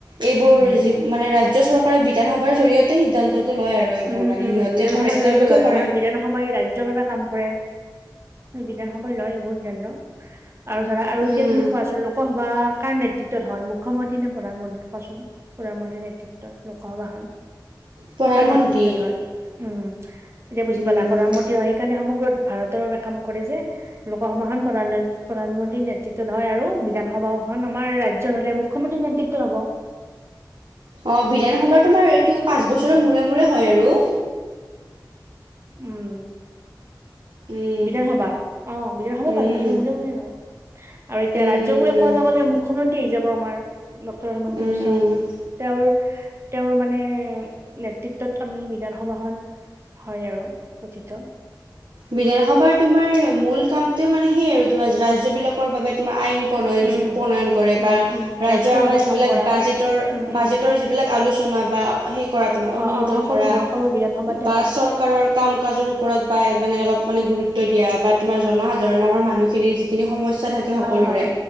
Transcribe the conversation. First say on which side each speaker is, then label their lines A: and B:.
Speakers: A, on the right (about 85°); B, on the right (about 35°).
A: এইবোৰ
B: উম
A: যি মানে ৰাজ্য চৰকাৰে বিধানসভাৰ জৰিয়তে সিদ্ধান্তটো লয় আৰু। এইবোৰ
B: উম,
A: মানে
B: উম,
A: সিহঁতে
B: বিধানসভাৰ
A: কৰে
B: জৰিয়তে
A: তেওঁলোকে
B: লয়
A: কৰে
B: কাৰণ বিধান সবাই ৰাজ্যৰ বাবে কাম কৰে, বিধানসভাই লয় এইবোৰ সিদ্ধান্ত। আৰু ধৰা, আৰু এতিয়া
A: উম,
B: তুমি কোৱাচোন লোকসভা কাৰ নেতৃত্ব তত হয়, মুখ্যমন্ত্ৰী নে প্ৰধানমন্ত্ৰী কচোন, প্ৰধানমন্ত্ৰীৰ নেতৃত্বত লোকসভাখন?
A: প্ৰধানমন্ত্ৰী
B: কাৰ নেতৃত্বত হয়? উম এতিয়া বুজি
A: উম
B: পালা প্ৰধানমন্ত্ৰীই সেইকাৰণে সমগ্ৰ ভাৰতৰ বাবে কাম কৰে যে লোকসভাখন প্ৰধান প্ৰধানমন্ত্ৰীৰ নেতৃত্ব ত' নহয় আৰু বিধানসভাখন আমাৰ ৰাজ্যৰ হ'লে মুখ্যমন্ত্ৰীৰ নেতৃত্বত হ'ব।
A: অ' বিধানসভা তোমাৰ এইটো পাঁচ বছৰৰ
B: উম
A: মূৰে মূৰে হয় আৰু।
B: উম।
A: উম
B: বিধানসভা, অ' বিধানসভা
A: উম
B: পাঁচ বছৰ মূৰে মূৰে হয়। আৰু এতিয়া
A: উম
B: ৰাজ্যবোৰে
A: উম উম
B: কোৱাৰ লগে লগে মুখ্যমন্ত্ৰী আহি যাব আমাৰ ডক্টৰ হিমন্ত
A: উম
B: বিশ্ব
A: উম
B: শৰ্মা। তেওঁৰ, তেওঁৰ মানে নেতৃত্বত আমি বিধানসভাখন হয় আৰু গঠিত।
A: বিধানসভাৰ তোমাৰ মূল কামটোৱে মানে সেই আৰু তোমাৰ ৰাজ্যবিলাকৰ বাবে তোমাৰ আইন প্ৰণয়নজি
B: উম
A: প্ৰণয়ন কৰে
B: উম
A: বা
B: উম
A: ৰাজ্যৰ আমাৰ
B: হকে
A: যিবিলাক
B: কাম কৰা
A: বাজেটৰ
B: উম
A: বাজেটৰ
B: উম
A: যিবিলাক আলোচনা বা হে, কৰা তোমাৰ
B: অ
A: অনুমোদন
B: অ সকলোবোৰ
A: কৰা
B: সকলো বিধানসভাতে
A: বা
B: হয়
A: চৰ কাৰৰ কাম কাজৰ ওপৰত পায় মানে অলপ মানে গুৰুত্ব ত্ব দিয়া
B: উম
A: বা
B: উম
A: তোমাৰ জনসাধাৰণৰ বা মানুহখিনিৰ যিখিনি সমস্যা থাকে সকলোৰে
B: হয় হয়